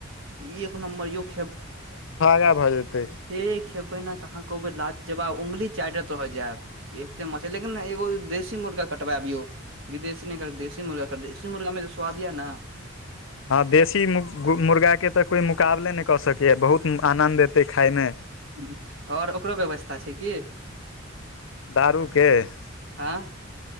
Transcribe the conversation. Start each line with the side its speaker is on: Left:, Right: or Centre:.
Right: ई एक नम्बर यौ खे
Left: के भऽ जेतै
Right: ऐ खेबै न तऽ अहाँ कहबै लाजजबा उंगली चाटे तऽ रह जेयब। एते मछली लेकिन एगो देशी मुर्गा कटबैब यौ। विदेशी नै कर, देसी मुर्गा कर दे देसी मुर्गा में जे स्वाद यै न
Left: हाँ देशी मु-गु- मुर्गाके तऽ कोइ मुकाबले नयि कऽ सकैए बहुत आनन्द एतै खाइमे।
Right: हम्म और ओकरो व्यवस्था छै की?
Left: दारूके- -
Right: हाँ।